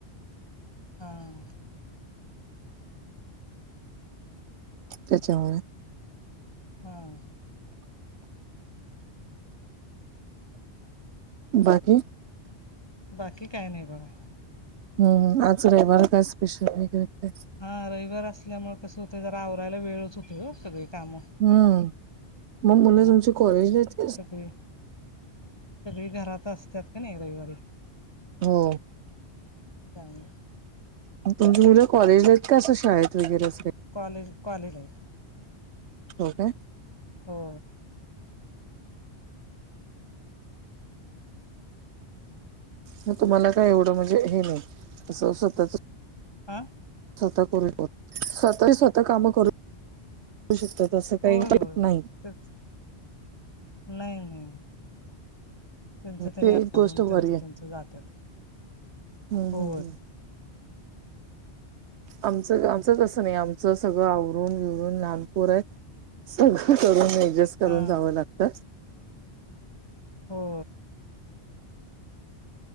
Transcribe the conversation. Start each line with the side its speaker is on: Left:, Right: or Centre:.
Left: हां.
Right: त्याच्यामुळे.
Left: हं.
Right: बाकी?
Left: बाकी काय नाही बाबा.
Right: हम्. आज रविवार काय स्पेशल <unintelligible>
Left: हां. रविवार असल्यामुळे कस होत जरा आवरायला वेळच होतोय हो सगळी कामं.
Right: हम्म. मग मुलं
Left: हा
Right: तुमची कॉलेजलाहेत?
Left: सगळी. सगळी घरात असत्यात का नाही रविवारी?
Right: हो.
Left: चांगलय.
Right: तुमची मुलं कॉलेजला आहेत क का असं शाळेत वगैरे अस?
Left: कॉलेज कॉलेजलायेत.
Right: हो का?
Left: हो.
Right: म तुम्हाला काय एवढं म्हणजे हे नाही. असं स्वतःच-
Left: हां?
Right: स्वतः करून. स्वतः स्वतः काम करून. होउ शकत. तसं काही
Left: होय
Right: <unintelligible>
Left: होय
Right: नाही.
Left: तेच नाही नाही. त्यांच त्यांनी
Right: ते
Left: आवरून
Right: एक गोष्ट
Left: त्यांच
Right: बरी
Left: त्यांच
Right: आहे.
Left: जात्यात.
Right: हम्म
Left: हो.
Right: हम्म आमचं आमचं तसं नाही. आमचं सगळं आवरून बिवरून लहान पोर आहेत. सगळं करून ऍडजेस्ट करून
Left: हां
Right: जावं लागत.
Left: हो.